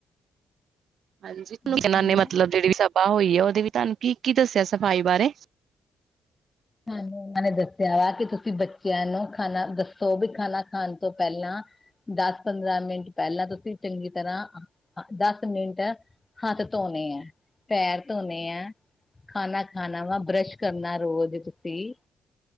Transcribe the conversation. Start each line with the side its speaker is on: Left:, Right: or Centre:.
Right: ਹਾਂਜੀ
Left: ਬੱਚਿਆਂ
Right: ਇਨਾਂ ਨੇ
Left: ਨੂੰ
Right: ਮਤਲਬ ਜੇੜੀ ਵੀ ਸਭਾ ਹੋਈ ਆ ਉਹਦੇ ਵੀ ਤੁਹਾਨੂੰ ਕੀ-ਕੀ ਦੱਸਿਆ ਸਫ਼ਾਈ ਬਾਰੇ।
Left: ਸਾਨੂੰ ਓਨਾਂ ਨੇ ਦੱਸਿਆ ਕਿ ਤੁਸੀਂ ਬੱਚਿਆਂ ਨੂੰ ਖਾਣਾ ਦੱਸੋ ਵੀ ਖਾਣਾ ਖਾਣ ਤੋਂ ਪੈਲਾਂ ਦਸ ਪੰਦਰਾਂ ਮਿੰਟ ਪੈਲਾਂ ਤੁਸੀਂ ਚੰਗੀ ਤਰ੍ਹਾਂ ਦਸ ਮਿੰਟ ਹੱਥ ਤੋਨੇ ਏ ਪੈਰ ਤੋਨੇ ਐ। ਖਾਨਾ ਖਾਨਾ ਵਾ ਬਰੱਸ਼ ਕਰਨਾ ਰੋਜ਼ ਤੁਸੀਂ।